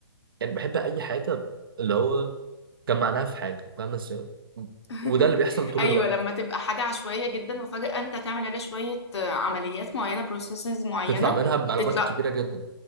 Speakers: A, on the right; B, on the left.
A: يعني بحب اي حاجه اللي هو كان معناها في حاجه فاهم ازاي
B: <laughs>
A: وده اللي بيحصل طول
B: ايوه
A: الوقت
B: لما تبقى حاجه عشوائيه جدا وفجاه انت تعمل عليها شويه عمليات معينه بروسيسز معينه
A: تطلع منها بمعلومات
B: تطلع
A: كبيره جدا